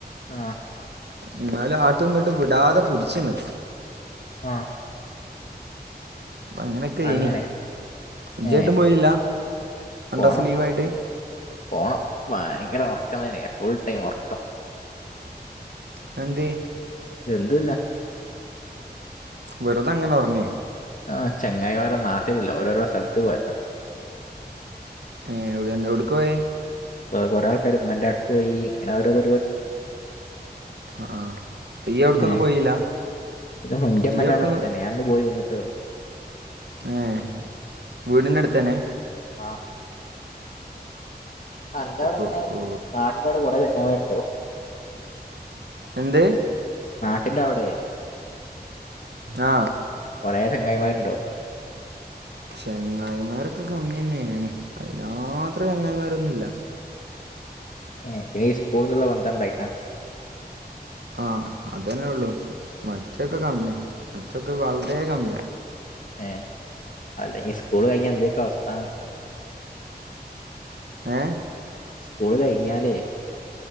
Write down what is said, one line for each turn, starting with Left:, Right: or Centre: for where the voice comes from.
Left: ആ
Right: എന്നാലും ആട്ടും ഇങ്ങോട്ട് വിടാതെ പിടിച്ചന്ന്
Left: ആ
Right: അപ്പ അങ്ങനെയൊക്കെ
Left: അങ്ങനെ
Right: ഏനി ജ്ജ്
Left: ഏ
Right: എങ്ങോട്ടും പോയില്ല രണ്ട
Left: പോണം
Right: ദിവസം ലീവായിട്ട്
Left: പോണം ഭയങ്കര ഉർക്കം തന്നെയ ഫുൾ ടൈം ഉറക്കം
Right: അതെന്തേ
Left: എന്തുല്ലാ
Right: വെറുത അങ്ങനെ ഉറങ്ങി
Left: ആ ചെങ്ങായ്‌മാരൊന്നും നാട്ടിലില്ല ഓരോരോ സ്ഥലത്ത് പോയതാ
Right: ഏ എവിടെ എന്താ എവിടക്കപോയെ
Left: കൊറേ ആൾക്കാർ ഉമ്മാന്റോട്ക്ക് പോയി ഇങ്ങനെ ഓരോ പരിപാടി
Right: ആ ആ ഈ എവിടേക്കൊന്നും
Left: ഏ
Right: പോയില്ല
Left: ന്റെ ഉമ്മാന്റോടെ
Right: ഈ എവിടേക്കൊന്നും
Left: അടുത്ത് തന്നെ ഞാൻ ഇന്ന് പോയി വന്നിട്ടേഒള്ളൂ
Right: ഏ വീടിന്റെ അടുത്തന്നെ
Left: ആ ആ എന്റെ അവിടെ ഇങ്ങനെ
Right: ഓ ഓ
Left: നാട്ടിന്റെഅവിടെ കുറെ വണ്ടോ
Right: എന്ത്
Left: നാട്ടിന്റെ അവിടെ
Right: ആ
Left: കുറെയ ചെംഗായിമാരുണ്ടോ
Right: ചങ്ങായിമാരൊക്കെ കമ്മി തന്നെയാണ് അതിനത്ര ചെങ്ങായിമാരൊന്നുമല്ല
Left: ഏ പിന്നെ ഈ സ്കൂളന്നുള്ള വന്തണ്ടായിട്ടാ
Right: ആഹ അതന്നെ ഉള്ളു മറ്റൊക്കെ കമ്മിയ മറ്റൊക്കെ വളുത കമ്മിയ
Left: ഏ അല്ലെങ്ക സ്കൂള് കഴിഞ്ഞാ എന്തക്കോ അവസ്ഥ
Right: ഏ
Left: സ്കൂള് കഴിഞ്ഞാലേ